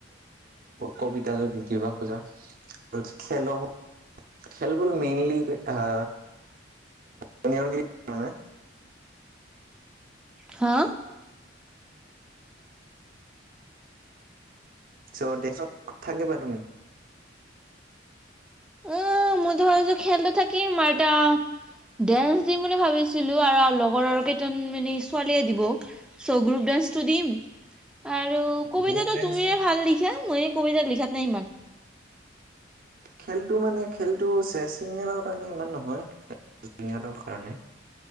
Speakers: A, on the right (about 50°); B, in the centre.
A: কবিতা যদি দিব খোজা। খেল <unintelligible> মেইনলী হা, আ, <unintelligible>
B: হা।
A: চ' <unintelligible> থাকিবা তুমি।
B: অ', মইতো ভাবছো খেলটো থাকিম আৰু এটা ডেন্স দিম বুলি ভাবিছিলো আৰু, আৰু লগৰ আৰু কেইটান মানে ছোৱালীয়ে দিব চ', গ্ৰুপ ডান্সটো দিম। আৰু কবিতাটো
A: গ্ৰুপ ডেন্স
B: তুমিয়ে ভাল লিখা, ময়ে কবিতা লিখা <unintelligible>
A: খেলটো মানে খেলটো চে-চিনিয়ৰৰ কাৰণে ইমান নহয়, জুনিয়ৰৰ কাৰণে।